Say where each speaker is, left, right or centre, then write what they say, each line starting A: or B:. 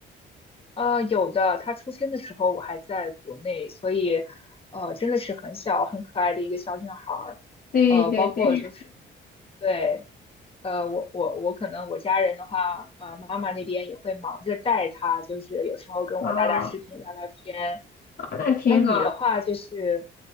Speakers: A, on the left (about 30°); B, on the left (about 45°).
A: 呃，有的，他出生的时候我还在国内，所以，呃，真的是很小很可爱的一个小女孩儿。
B: 对对对，
A: 呃，包括就是对，呃，我我我可能我家人的话，呃，妈妈那边也会忙着带她，就是有时候跟我打打视频聊聊天。
B: 哦，啊那挺好。
A: 对，那你的话就是